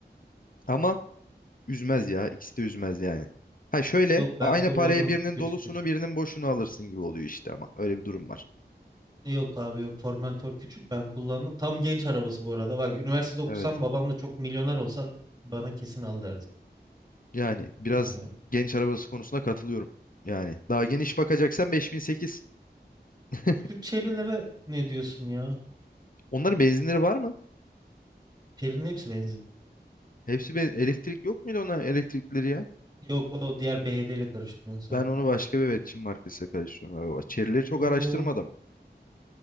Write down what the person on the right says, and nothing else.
Yok ben
kullandım.
Küçük
küçük.
Yok abi yok Formentor küçük ben kullandım. Tam genç arabası bu arada. Bak üniversitede okusam
babamla çok milyoner olsa bana kesin al derdi.
Yani o-
şu Chery'lere ne diyorsun ya?
Chery'nin hepsi benzin.
Yok o diğer BYD ile karıştırıyorsun
sen.
Oo,